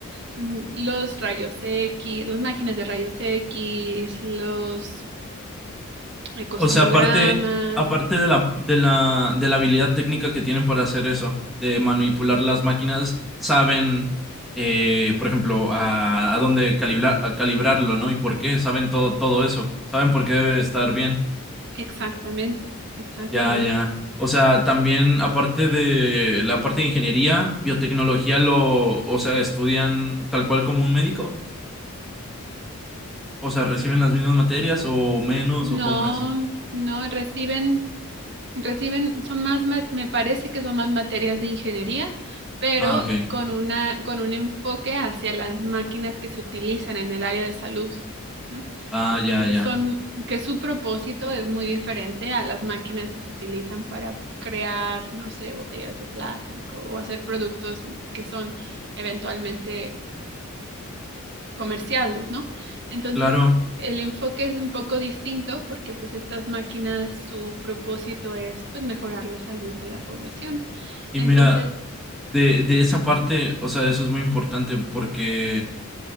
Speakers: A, on the right; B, in the centre.
A: mm, los rayos X, las máquinas de rayos X, los ecosonogramas,
B: O sea, aparte, aparte de la, de la, de la habilidad técnica que tienen para hacer eso, de manipular las máquinas, saben, eh, por ejemplo, a, a dónde calibrar, a calibrarlo, ¿no? Y por qué, saben todo, todo eso, saben por qué debe estar bien.
A: exactamente, exactamente.
B: Ya, ya. O sea, también aparte de la parte de ingeniería, biotecnología lo, o sea, estudian tal cual como un médico. O sea, reciben las mismas materias o menos
A: No,
B: o cómo es.
A: no, reciben, reciben, son más, ma- me parece que son más materias de ingeniería, pero
B: Ah, ok.
A: con una, con un enfoque hacia las máquinas que se utilizan en el área de salud, ¿no?
B: Ah, ya,
A: Que
B: ya.
A: son, que su propósito es muy diferente a las máquinas que se utilizan para crear, no sé, botellas de plástico o hacer productos que son eventualmente comerciables, ¿no? Entonces,
B: Claro.
A: el enfoque es un poco distinto porque pues estas máquinas, su propósito es pues mejorar la salud de la población.
B: Y
A: Entonces,
B: mira, de, de esa parte, o sea, eso es muy importante porque